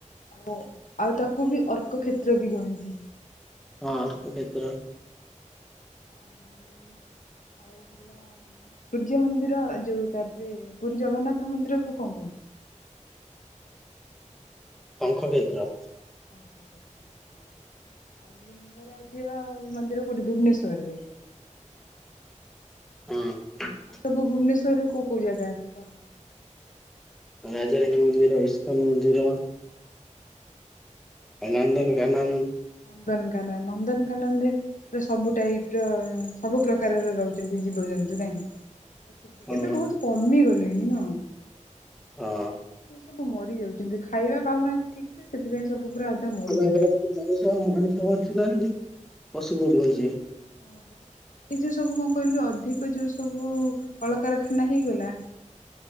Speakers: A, on the left; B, in the centre.
A: ବୋ ଆଉ ତାକୁ ବି ଅର୍କ କ୍ଷେତ୍ର ବି କହନ୍ତି।
B: ହଁ ଅର୍କ କ୍ଷେତ୍ର।
A: ଆଉ ଆଉ ହେଲା ସୂର୍ଯ୍ୟ ମନ୍ଦିର ଯୋଉ ତାପରେ ପୁରୀ ଜଗନ୍ନାଥ ମନ୍ଦିରକୁୁ କଣ କହନ୍ତି?
B: ଶଙ୍ଖ କ୍ଷେତ୍ର।
A: ଶଙ୍ଖ କ୍ଷେତ୍ର ହଁ ଆଉ ଲିଙ୍ଗରାଜ ମନ୍ଦିର କୋଉଠି ଭୁବନେଶ୍ଵରରେ?
B: ହଁ।
A: ଆଉ ସବୁ ଭୁବନେଶ୍ଵରରେ କୋଉ କୋଉ ଜାଗା ଅଛି ଭଲ?
B: ରାଜାରଣୀ ମନ୍ଦିର, ଇସ୍କନ ମନ୍ଦିର ନନ୍ଦନକାନନ।
A: ନନ୍ଦନକାନନ ନନ୍ଦନକାନନ ରେ ତ ସବୁ ଟାଇପ୍ ର ସବୁ ପ୍ରକାରର ରହୁଛନ୍ତି ଜୀବଜନ୍ତୁ ନାହିଁ
B: ହଁ
A: ଏବେ ବହୁତ କମିଗଲେଣି ନୁହଁ?
B: ହଁ।
A: ସେ ସବୁ ମରି ଯାଉଛନ୍ତି ଖାଇବା ପାଉନାହାନ୍ତି ଠିକ୍ ସେ ସେଥିପାଇଁ ସବୁ ପୁରା ଅଧା
B: <unintelligible>
A: ମରିଗଲେଣି। ପରା ହଁ ପରା। ଏଇ ଯୋଉ ସବୁ କଣ କହିଲ ଅଧିକ ଯୋଉ ସବୁ କଳକାରଖାନା ହେଇଗଲା